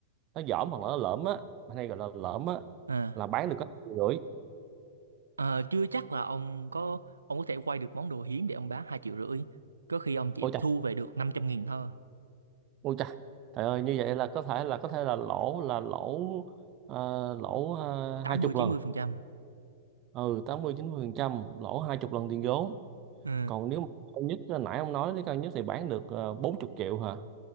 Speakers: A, on the right (about 35°); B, on the right (about 75°).
A: nó dởm hoặc là nó lởm á hay gọi là lởm á
B: à,
A: là bán được có triệu rưỡi
B: à, chưa chắc là ông có ông có thể quay được món đồ hiếm để ông bán hai triệu rưỡi. Có khi ông chỉ
A: ôi
B: thu về được 500 nghìn thôi.
A: Ôi trời, trời ơi như vậy là có thể là có thể là lỗ là lỗ ờ, lỗ ờ,
B: 80-90%.
A: hai chục lần, ừ tám mươi chín mươi phần trăm lỗ hai chục lần tiền vốn.
B: Ừ.
A: Còn nếu mà cao nhất là nãy ông nói nếu cao nhất thì bán được uh, 40 triệu hả?